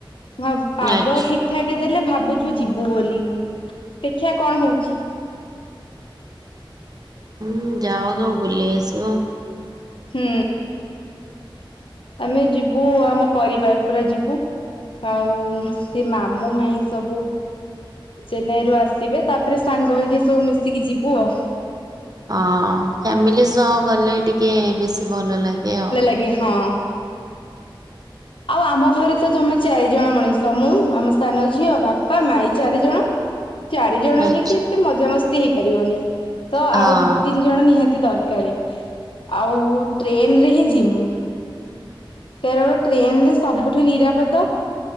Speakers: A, on the left; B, on the right.
A: ଅ ପାଗ
B: ଆଚ୍ଛା।
A: ଠିକ ଠାକ ଯେ ଦେଲେ ଭାବୁଛୁ ଯିବୁ ବୋଲି ଦେଖିବା କଣ ହଉଛି।
B: ହୁଁ ଯାଉନ ବୁଲି ଆସିବ।
A: ହୁଁ ଆମେ ଯିବୁ ଆମ ପରିବାର ପୁରା ଯିବୁ ଆଉ ସିଏ ମାମୁଁ ମାଇଁ ସବୁ ଚେନ୍ନାଇରୁୁ ଆସିବେ ତାପରେ ସାଙ୍ଗ ହେଇକି ସବୁ ମିଶିକି ଯିବୁ ଆଉ।
B: ହଁ ଫ୍ୟାମିଲି ସହ ଗଲେ ଟିକେ ବେଶୀ ଭଲ ଲାଗେ ଆଉ।
A: ଆଜ୍ଞା ହଁ। ଆଉ ଆମ ଘରେ ତ ଜମା ଚାରି ଜଣ ମଣିଷ ମୁଁ ଆମ ସାନ ଝିଅ ବାପା ମା ଏଇ ଚାରିଜଣ। ଚାରି ଜଣ
B: ଆଚ୍ଛା
A: ଯାଇକି ଏତେ ମଜାମସ୍ତି ହେଇପାରିବନି। ତ
B: ହଁ
A: ଆଉ ଦି ତିନି ଜଣ ନିହାତି ଦରକାର ଆଉ ଟ୍ରେନ ରେ ହିଁ ଯିମୁ। କାରଣ ଟ୍ରେନ ରେ ସବୁଠୁ ନିରାପଦ